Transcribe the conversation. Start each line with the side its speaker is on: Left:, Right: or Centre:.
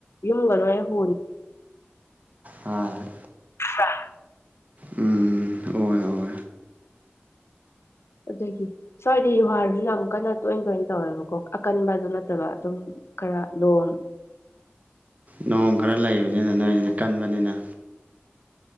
Left: ꯏꯨꯡꯒꯜꯋꯥ ꯍ
Right: ꯑ
Left: ꯍꯥ
Right: ꯎꯝ ꯑꯣ ꯑꯣ
Left: ꯑꯗꯒꯤ ꯁ꯭ꯋꯥꯏꯗꯤ ꯌꯨꯍꯥꯔꯁꯨ ꯌꯥꯝ ꯀꯟꯅ ꯇꯣꯏꯅ ꯇꯣꯏꯅ ꯇꯧꯋꯦꯕꯀꯣ ꯑꯀꯟꯕ ꯑꯗꯨ ꯅꯠꯇꯕ ꯑꯗꯨꯝ ꯈꯔ ꯂꯣꯝ
Right: ꯅꯣꯡ ꯈꯔ ꯂꯩꯕꯅꯤꯅ ꯅꯣꯏꯁꯤꯅ ꯀꯟꯕꯅꯤꯅ